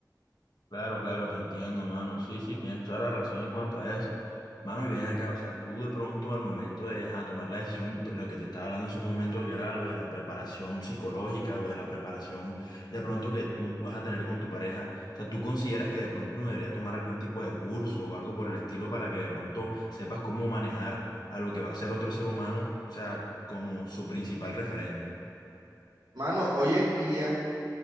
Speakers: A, on the left (about 70°); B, on the right (about 80°).
A: Claro, claro, te entiendo, mano. Sí, sí, tienes toda la razón en cuanto a eso. Mano, y bien acá, o sea, tú de pronto al momento de ajá, tomar la decisión de lo que te estaba hablando en ese momento, que era lo de la preparación psicológica, lo de la preparación de pronto que tú vas a tener con tu pareja, o sea, ¿tú consideras que de pronto uno debería tomar algún tipo de curso o algo por el estilo para que de pronto sepas cómo manejar a lo que va a ser otro ser humano, o sea, como su principal referente?
B: Mano, hoy en día,